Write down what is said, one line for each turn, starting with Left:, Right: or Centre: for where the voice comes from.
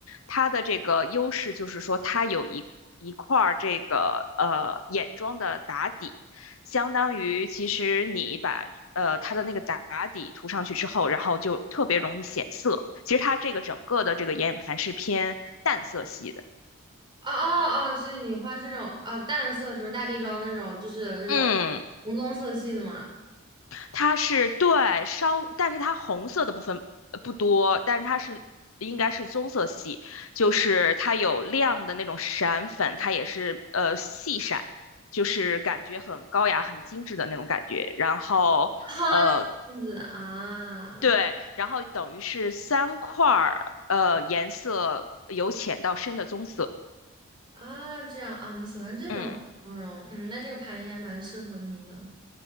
Left: 它的这个优势就是说，它有一一块儿这个呃眼妆的打底。相当于其实你把呃它的那个打底涂上去之后，然后就特别容易显色。其实它这个整个的这个眼影盘是偏淡色系的，
Right: 哦哦，所以你画是那种啊淡色什么大地妆那种，就是那种
Left: 嗯，
Right: 红棕色系的嘛？
Left: 它是对稍，但是它红色的部分呃不多，
Right: 我
Left: 但是它是应该是棕色系，就是它有亮的那种闪粉，它也是呃细闪。就是感觉很高雅、很精致的那种感觉，然后呃，
Right: 啊，这样子啊。
Left: 对，然后等于是三块儿，呃，颜色由浅到深的棕色。
Right: 啊，这样啊，你喜欢这种妆容，
Left: 嗯
Right: 嗯，那这个盘应该蛮适合你的。